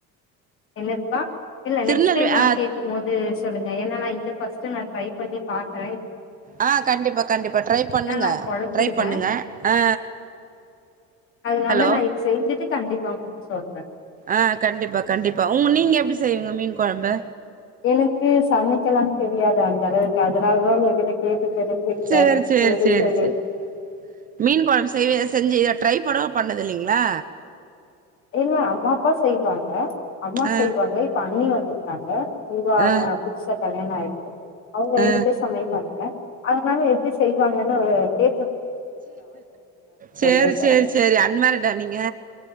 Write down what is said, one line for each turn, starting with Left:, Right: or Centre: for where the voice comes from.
Left: என்னங்க்கா இல்ல
Right: திருநெல்வே
Left: நெக்ஸ்ட் டைம் நா
Right: ஆ
Left: கேக்கும்போது சொல்லுங்க ஏனா நா இத ஃபர்ஸ்ட் நா ட்ரை பண்ணி பாக்கற
Right: ஆ கண்டிப்பா கண்டிப்பா ட்ரை பண்ணுங்க
Left: நா கொழப்பிடுவே
Right: ட்ரை பண்ணுங்க ஆ
Left: அதனால
Right: ஹலோ
Left: நா இது செஞ்சுட்டு கண்டிப்பா உங்கிட்ட சொல்ற
Right: ஆ கண்டிப்பா கண்டிப்பா உ நீங்க எப்டி செய்விங்க மீன் கொழம்பு
Left: எனக்கு சமைக்கலா தெரியா து அந்த அளவுக்கு அதனாலதா உங்ககிட்ட கேட்டு தெரிஞ்சுக்கிட்ட
Right: சேரி சேரி
Left: எப்டி
Right: சேரி
Left: செய்னுனு
Right: சேரி மீன் கொழம்பு செய்வே செஞ்சு இத ட்ரை கூடவா பண்ணது இல்லைங்ளா
Left: இல்ல அம்மா அப்பா செய்வாங்க அம்மா
Right: ஆ
Left: செய்வாங்க, இப்ப அண்ணி வந்துருக்காங்க நியூவா
Right: ஆ
Left: அ புதுசா கல்யாண ஆயி அவங்க
Right: ஆ
Left: ரெண்டு பேரும் சமைப்பா ங்க, அதனால எப்டி செய்வாங்கன்னு ஒரு கே
Right: சேரி,
Left: கேட்டே
Right: சேரி, சேரி, அன் மேரிடா நீங்க